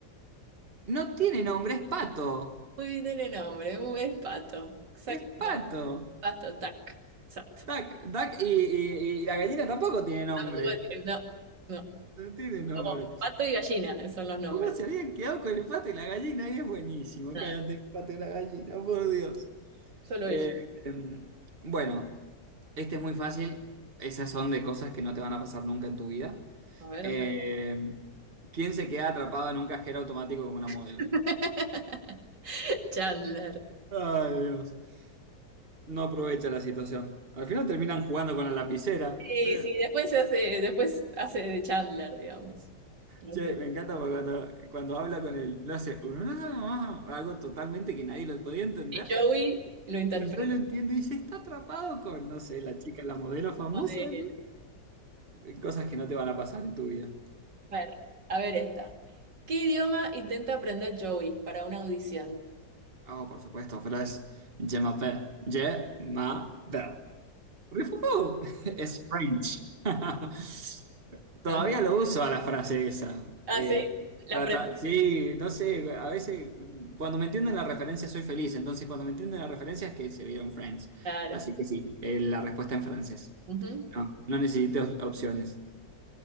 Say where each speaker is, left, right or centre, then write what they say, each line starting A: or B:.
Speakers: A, on the right; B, on the right.
A: No tiene nombre, es pato.
B: Uy, no tiene nombre, es pato. Exactamente.
A: Es pato.
B: Pato, duck. Exacto.
A: Duck, duck y, y- y la gallina tampoco tiene nombre.
B: Tampoco tiene- No, no.
A: No tiene nombre.
B: Como pato y gallina, esos son los nombres.
A: ¿Cómo se habían quedado con el pato y la gallina? es buenísimo.
B: Nada,
A: Cállate, el pato y la gallina, por Dios.
B: solo
A: Eh,
B: ellos.
A: em, bueno, este es muy fácil. Esas son de cosas que no te van a pasar nunca en tu vida.
B: A ver,
A: Eh,
B: ojalá.
A: ¿quién se queda atrapado en un cajero automático con una modelo?
B: <laughs> Chandler.
A: Ay, Dios. No aprovecha la situación. Al final terminan jugando con la lapicera.
B: Sí,
A: Eh,
B: sí, después se hace, después hace de Chandler, digamos. No
A: Che,
B: sé.
A: me encanta porque cuando, cuando habla con él, lo hace "Ah", algo totalmente que nadie lo podía entender.
B: Y Joey lo interpretamos
A: Y yo lo entiendo y dice, está atrapado con, no sé, la chica, la modelo famosa,
B: de él.
A: ¿no? Eh, Cosas que no te van a pasar en tu vida.
B: A ver, a ver esta. ¿Qué idioma intenta aprender Joey para una audición?
A: Ah, por supuesto, pero es Je m'appelle. Je m'appelle. Rifufú. <laughs> Es French. <laughs> Todavía
B: Fran-
A: lo uso a la frase esa.
B: Ah,
A: Eh,
B: sí, la
A: trata-
B: aprendí.
A: sí, no sé, a veces cuando me entienden la referencia soy feliz, entonces cuando me entienden la referencia es que se vieron Friends.
B: Claro.
A: Así que sí, eh, la respuesta en francés.
B: Ujú,
A: No, no necesito op- opciones.